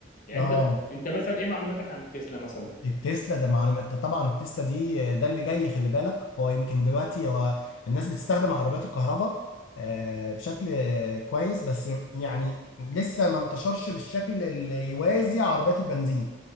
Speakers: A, on the left; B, on the left.
A: يعني
B: اه
A: انت انت مثلا ايه معلوماتك عن التسلا مثلا
B: التسلا ده معلومة انت طبعا التسلا دي ده اللي جاي خلي بالك هو يمكن دلوقتي هو الناس بتستخدم عربيات الكهرباء آه، بشكل آه، كويس بس يعني لسه ما انتشرش بالشكل اللي يوازي عربيات البنزين